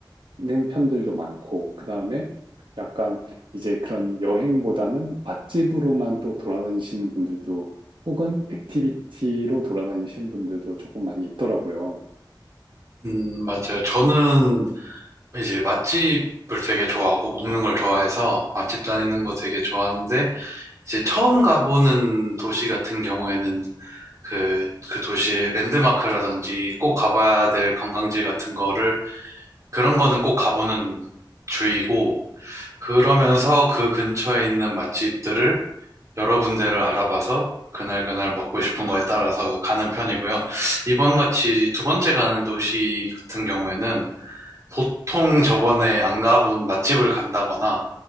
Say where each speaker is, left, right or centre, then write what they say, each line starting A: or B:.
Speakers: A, on the right; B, on the right.
A: 는 편들도 많고, 그 다음에 약간 이제 그런 여행보다는 맛집으로만 또 돌아다니시는 분들도 혹은 액티비티로 돌아다니시는 분들도 조금 많이 있더라고요.
B: 음, 맞아요. 저는 이제 맛집을 되게 좋아하고 먹는 걸 좋아해서 맛집 다니는 거 되게 좋아하는데 이제 처음 가보는 도시 같은 경우에는 그, 그 도시 랜드마크라든지 꼭 가봐야 될 관광지 같은 거를 그런 거는 꼭 가보는 주의고 그러면서 그 근처에 있는 맛집들을 여러 군데를 알아봐서 그날 그날 먹고 싶은 거에 따라서 가는 편이고요. 이번 같이 두 번째 가는 도시 같은 경우에는 보통 저번에 안 가본 맛집을 간다거나